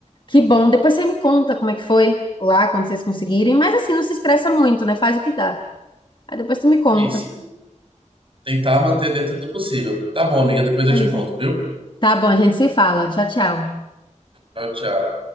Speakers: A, on the left; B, on the right.
A: Que bom, depois você me conta como é que foi lá, quando vocês conseguirem, mas assim, não se estressa muito, né? Faz o que dá. Aí depois tu me conta.
B: Isso, né? Tentar manter dentro do possível. Tá bom, amiga, depois eu
A: É
B: te
A: isso.
B: conto, viu?
A: Tá bom, a gente se fala. Tchau, tchau.
B: Tchau, tchau.